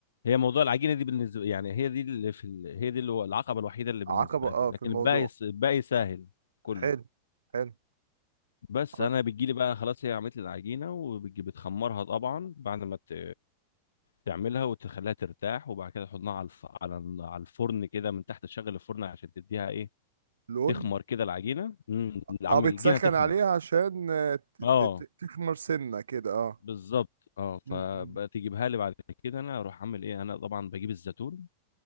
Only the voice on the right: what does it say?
عقبه اه
في الموضوع
حلو حلو
عملت
لون
اه بتسخن
عليها عشان آه، ت-
ت- ت- تخمر سنة كده اه
م- م.